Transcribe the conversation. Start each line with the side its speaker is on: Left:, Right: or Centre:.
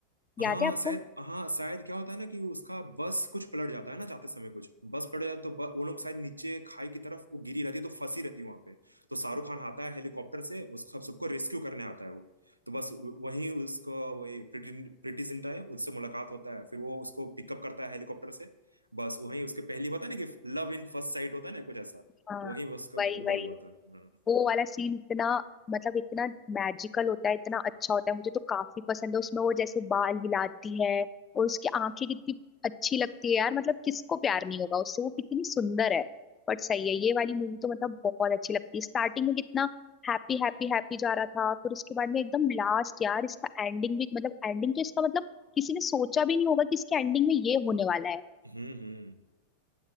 Right: हाँ
Left: याद है आपको
Right: शायद हाँ शायद क्या होता है ना कि उसका बस कुछ पलट जाता है ना जाते समय कुछ तो बस पलट जाता है तो ब, वो लोग शायद नीचे खाई की तरफ वो गिरी रहती है तो फंसी रहती है वहां पे तो शाहरुख खान आता है हेलीकॉप्टर से उस सब सबको रेस्क्यू करने आता है वो तो बस वहीं उसको वही प्रीति प्रीति जिंटा है उनसे मुलाकात होता है फिर वो उसको पिकअप करता है हेलीकॉप्टर से बस वहीं उसके पहली होता है ना कि लव इन फर्स्ट साइट होता है ना कुछ ऐसा
Left: हाँ
Right: वहीं उसका उनका
Left: वही वही
Right: हुआ था हम्म
Left: वो वाला सीन इतना मतलब इतना मैजिकल होता है इतना अच्छा होता है मुझे तो काफी पसंद है उसमें वो जैसे बाल हिलाती है और उसकी आंखें कितनी अच्छी लगती है यार मतलब किसको प्यार नहीं होगा उससे वो कितनी सुंदर है बट सही है ये वाली मूवी तो मतलब बहुत अच्छी लगती है स्टार्टिंग में कितना हैप्पी हैप्पी हैप्पी जा रहा था फिर उसके बाद में एकदम लास्ट यार इसका एंडिंग भी मतलब एंडिंग तो इसका मतलब किसी ने सोचा भी नहीं होगा कि इसके एंडिंग में ये होने वाला है
Right: हम्म हम्म।